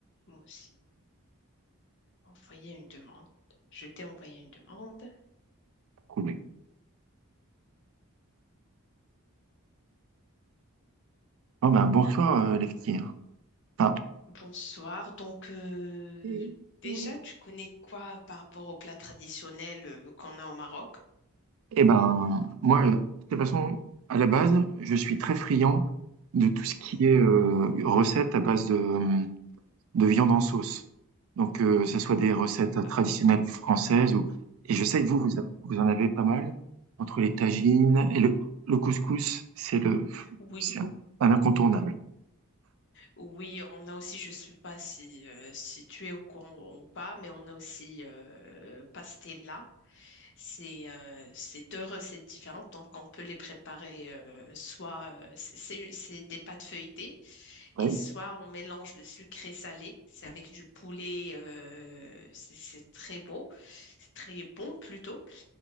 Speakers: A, on the left; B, on the right.
A: Moi aussi. Envoyer une demande. Je t'ai envoyé une demande.
B: Trouvé. Oh ben, bonsoir, euh, les petits. hein. Enfin,
A: Bonsoir. Donc, euh,
B: Mm.
A: déjà, tu connais quoi par rapport aux plats traditionnels euh, qu'on a au Maroc?
B: eh ben, moi, de toute façon, à la base, je suis très friand de tout
A: Mhm.
B: ce qui est euh, recettes à base de, hum, de viande en sauce. Donc, euh, ce soit des recettes
A: Ah,
B: traditionnelles françaises ou... Et je sais que vous, vous, avez- vous en avez pas mal, entre les tagines et le, le couscous, c'est le,
A: Oui,
B: c'est un incontournable.
A: oui, on a aussi, je sais pas si, euh, si tu es au courant ou pas, mais on a aussi euh, pastella. C'est euh, c'est deux recettes différentes, donc on peut les préparer euh, soit euh, c'est c'est- c'est des pâtes feuilletées
B: Ouais.
A: et soit on mélange le sucré salé. C'est avec du poulet, euh, c'est c'est très beau, c'est très bon plutôt.